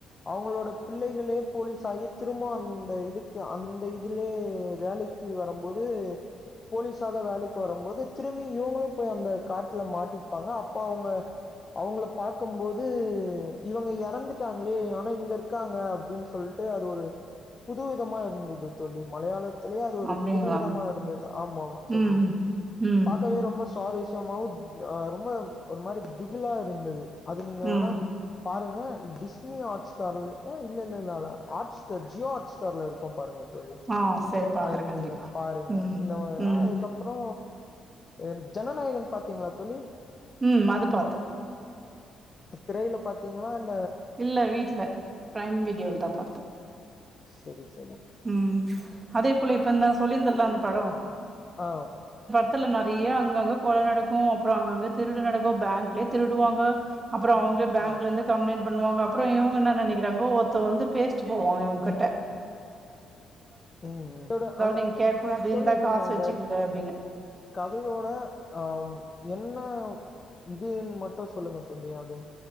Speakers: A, on the left; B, on the right.
A: அவுங்களோட பிள்ளைகளே போலீஸ் ஆகி திரும்போ அந்த இதுக்கு அந்த இதுலயே வேலைக்கு வரும்போது போலீஸாக வேலைக்கு வரும்போது திரும்பி இவங்களூ போய் அந்த காட்டுல மாட்டிப்பாங்க அப்ப அவுங்க அவுங்கள பாக்குபோது இவங்க எறந்துட்டாங்களே ஆனா இங்க இருக்காங்க அப்டின் சொல்ட்டு அது ஒரு புது விதமா இருந்தது தோழி மலையாளத் தோழி அது ஒரு
B: அப்டிங்களா?
A: புது விதமா இருந்தது ஆமா தோழி
B: ம், ம்,
A: பாக்கவே ரொம்ப ஸ்வாரிஸ் யமாவூ ஆ ரொம்ப ஒரு மாரி திகிலா இருந்தது அது நீங்க
B: ம்.
A: ஆனா பாருங்க டிஸ்னி ஹாட்ஸ்டார் ஆ இல்லல்லல்ல அல ஹாட்ஸ்டார் ஜியோ ஹாட் ஸ்டார்ல இருக்கூ பாருங்க தோழி
B: ஆ சரி பாக்குறேன்
A: அது
B: கண்டிப்பா.
A: நீங்க பாருங்க
B: ம்,
A: இந்த மா
B: ம்,
A: அதுக்கப்றோ அ ஜனநாயகன் பாத்தீங்களா தோழி
B: ம் அது பாத்தோ
A: திரைல பாத்தீங்ளா இல்
B: இல்ல வீட்ல பிரைம் வீடியோல தா பாத்தோ
A: செரி ஸ்
B: ம் அதே போல இப்ப இந்த சொல்லியருந்தேல அந்த படோ
A: ஆ
B: பத்துல நறைய அங்கங்க கொல நடக்கூ அப்றோ அங்கங்க திருடு நடக்கூ பேங்க்லே திருடுவாங்க அப்றோ அவுங்ளே பேங்க்லேந்து
A: ஆ
B: கம்ப்ளைண்ட் பண்ணுவாங்க அப்றோ இவுங்க என்ன நெனைக்கிறாங்க ஒர்த்த வந்து பேசிட்டு போவாங்க இவுங்கட்ட
A: ம் ட்டோட அ
B: நீங்க கேக்க கூடாது
A: சொல்லி
B: இந்தா
A: நீங்க
B: காசு
A: அந்த
B: வச்சுக்கங்க அப்டின்னு
A: கதையோட ஆம் என்ன இதுன் மட்டூ சொல்லுங்க தோழி அது